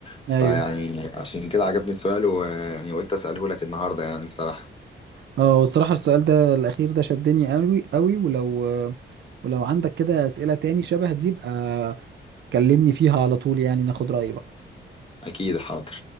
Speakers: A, on the left (about 30°); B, on the right (about 65°).
A: فيعني
B: ايوه
A: عشان كده عجبني السؤال ويعني قلت أسأله لك النهاردة يعني الصراحة
B: اه والصراحة السؤال ده الاخير ده شدني قوي قوي ولو ولو عندك كده اسئلة تاني شبه دي يبقى كلمني فيها على طول يعني ناخد رأي بعض
A: أكيد حاضر